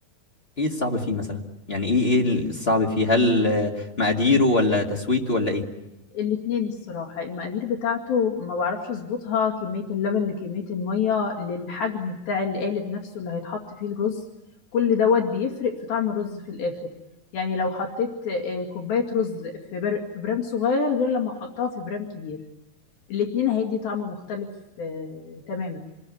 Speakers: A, on the left (about 20°); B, on the left (about 70°).
A: ايه الصعب فيه مثلا يعني ايه ايه الصعب فيه هل آه، مقاديره ولا تسويته ولا ايه
B: الاتنين الصراحه المقادير بتاعته ما بعرفش اظبطها كميه اللبن لكميه الميه للحجم بتاع القالب نفسه اللي هيتحط فيه الرز كل دوت بيفرق في طعم الرز في الاخر يعني لو حطيت آه، كوبايه رز في بر... في برام صغير غير لما احطها في برام كبير الاتنين هيدي طعم مختلف آه، تماما